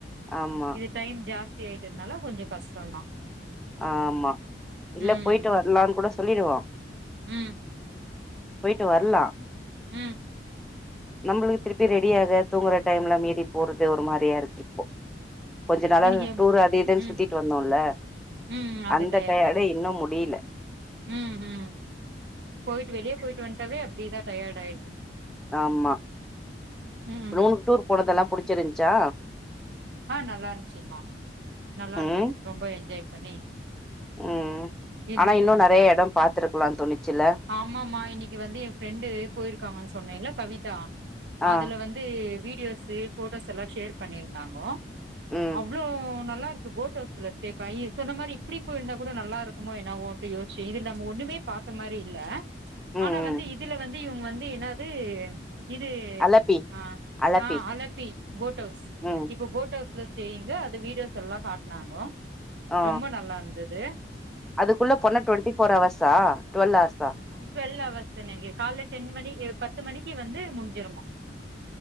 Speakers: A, in the centre; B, on the right (about 65°).
A: ஆமா
B: இது டைம் ஜாஸ்தி ஆயிட்டதுனால கொஞ்சோ கஸ்ட்டோந்தா
A: ஆமா இல்ல
B: ம்
A: போய்ட்டு வரலான் கூட சொல்லிடுவோ
B: ம்
A: போய்ட்டு வர்லா
B: ம்
A: நம்ப்ளுக்கு திருப்பி ரெடியாக தூங்குற டைம்ல மீறி போறது ஒரு மாரியா இருக்கு இப்போ கொஞ்ச நாள
B: இன்னிக்கு
A: டூர் அது இதுன்
B: ம்
A: சுத்திட்டு வந்தோல்ல
B: ம் அது
A: அந்த
B: டயர்டு
A: டயடு இன்னு முடில
B: ம் ம் போயிட்டு வெளிய போயிட் வன்ட்டாவே அப்டிதா டயேர்ட்டு ஆயிட்து
A: ஆமா
B: ம்
A: நூணுக் டூர் போனதல்லா புடிச்சிருந்ச்சா
B: அ நல்லாந்ச்சிம்மா நல்லாருந்துது
A: ம்
B: ரொம்ப என்ஜாய் பண்ணி
A: ம்
B: இருந்துட்டு
A: ஆனா இன்னு நறையா எடோ பாத்துருக்லான் தோணுச்சில
B: ஆமம்மா இன்னிக்கி வந்து ஏ ஃப்ரெண்டு போயிருக்காங்கன்னு சொன்னேல்ல கவிதா
A: ஆ
B: அதுல வந் து வீடியோஸு போட்டோஸ் எல்லா ஷேர் பண்ணிருந்தாங்கோ
A: ம்
B: இவ்ளோ நல்லாருக்கு போட் ஹவுல்ல ஸ்டேபையு சொன்ன மாரி இப்டி போயிருந்தா கூட நல்லா இருக்குமோ என்னாவோ கு யோஸ்ச்சி இதில் நம்ம ஒன்னுமே பத்தமரி இல்ல
A: ம்
B: ஆனா
A: ம்
B: வந்து இதுல வந்து இவுங் வந்து என்னாது இது
A: அலப்பி
B: அ
A: அலப்பி
B: ஆ அலட்டி போட் ஹவுஸ்
A: ம்
B: இப்போ போட் ட்டோஸ்ல ஸ்டேயிங்கு அது வீடியோஸ் எல்லா காட்னாங்கோ
A: ஆ
B: ரொம்ப நல்லார்ந்துது
A: அதுக்குள்ள போன டுவண்ட்டி ஃபோர் ஹவர்ஸ்ஸா டுவல் ஆர்ஸா
B: ட்வெல் அவர்ஸு எனக்கு கால்ல டென் மணிக்கு பத்து மணிக்கு வந்து முஞ்சிரும்மா